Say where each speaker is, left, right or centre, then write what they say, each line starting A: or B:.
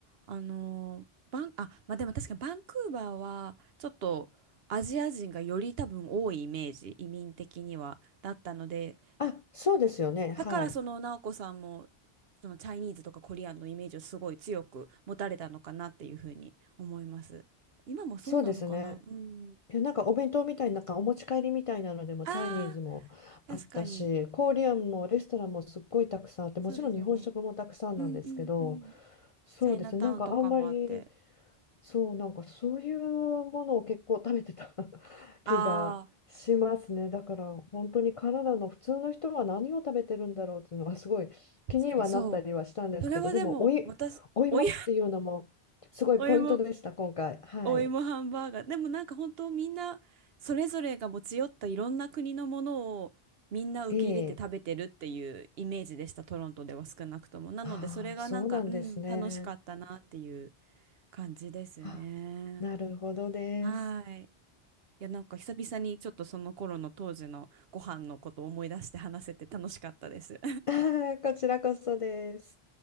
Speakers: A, on the right; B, on the left.
A: あの、バン、あ、まあ、でも確かにバンクーバーは、ちょっとアジア人がより多分多いイメージ、移民的には、だったので、
B: あ、そうですよね。はい。
A: だからその直子さんもそのチャイニーズとかコリアンのイメージをすごい強く持たれたのかなっていうふうに思います。今もそうなのかなうん。
B: そうですね。いや、なんかお弁当みたいななんかお持ち帰りみたいなのでもチャイニーズもあったし、
A: ああ、確かに。
B: コリアンもレストランもすっごいたくさんあって、もちろん日本食もたくさんなんですけど、
A: そうですよね。うんうんうん。
B: そうですね。
A: チャイナタウンとかもあって。
B: なんかあんまりそう、なんかそういうものを結構食べてた <laughs>
A: ああ、
B: 気がしますね。だから本当にカナダの普通の人は何を食べてるんだろうっていうのはすごい気にはなったりはしたんですけど、
A: 確かにそう。それはでも私、
B: でもおい、お芋っていうのもすごいポイントでした、
A: おい、<laughs> おいも
B: 今回。はい。
A: お芋ハンバーガー。でもなんか本当みんなそれぞれが持ち寄ったいろんな国のものをみんな受け入れて食べてるっていうイメージでした、
B: ええ。
A: トロントでは少なくとも。なのでそれがなんか、
B: ああ、そうなんですね。
A: うん、楽しかったなっていう感じですね。
B: あ、なるほどです。
A: はい。いやなんか久々にちょっとその頃の当時のご飯のことを思い出して話せて楽しかったです。
B: <laughs> こちらこそです。